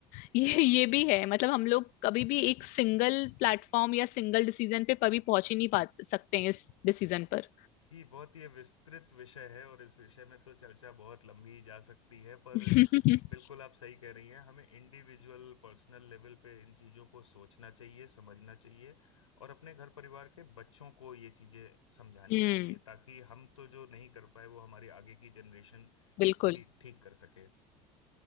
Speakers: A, on the left; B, on the left.
A: <laughs> ये ये भी है मतलब हम लोग कभी भी एक सिंगल प्लेटफॉर्म या सिंगल डिसीजन पे कभी पहुंच ही नहीं पा सकते हैं इस डिसीजन पर
B: जी बहुत ये विस्तृत विषय है और इस विषय में तो चर्चा बहुत लंबी जा सकती है पर
A: <laughs>
B: बिल्कुल आप सही कह रही हैं हमें इंडिविजुअल पर्सनल लेवल पे इन चीज़ों को सोचना चाहिए समझना चाहिए और अपने घर परिवार के बच्चों को ये चीज़ें समझानी
A: हम्म
B: चाहिए ताकि हम तो जो नहीं कर पाए वो हमारी आगे की जनरेशन
A: बिल्कुल
B: ठीक ठीक कर सके